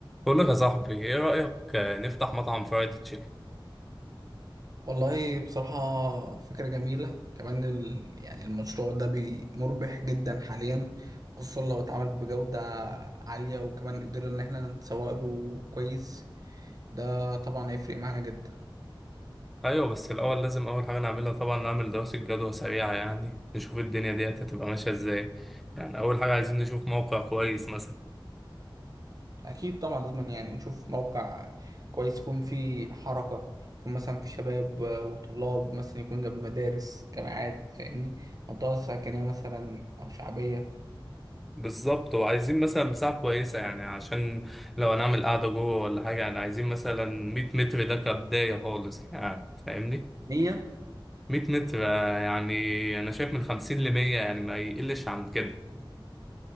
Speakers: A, in the centre; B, on the right (about 45°).
A: بقول لك يا صاحبي ايه رأيك آه، نفتح مطعم فرايد تشيكن
B: والله بصراحة فكرة جميلة كمان ال... يعني المشروع ده بي- مربح جدا حاليا خصوصا لو اتعمل بجودة عالية وكمان قدرنا إن احنا نسوق له كويس ده طبعا هيفرق معانا جدا
A: ايوه بس الاول لازم اول حاجه نعملها طبعا نعمل دراسه جدوى سريعه يعني نشوف الدنيا ديت هتبقى ماشيه ازاي يعني اول حاجه عايزين نشوف موقع كويس مثلا
B: أكيد طبعا لازم يعني نشوف موقع كويس يكون فيه حركة يكون مثلا في شباب وطلاب مثلا يكون جنب مدارس جامعات فاهمني منطقة سكنية مثلا أو شعبية
A: بالظبط وعايزين مثلا مساحه كويسه يعني عشان لو هنعمل قعده جوه ولا حاجه يعني عايزين مثلا 100 متر ده كبدايه خالص يعني فاهمني
B: نية
A: 100 متر آه، يعني انا شايف من 50 ل 100 يعني ما يقلش عن كده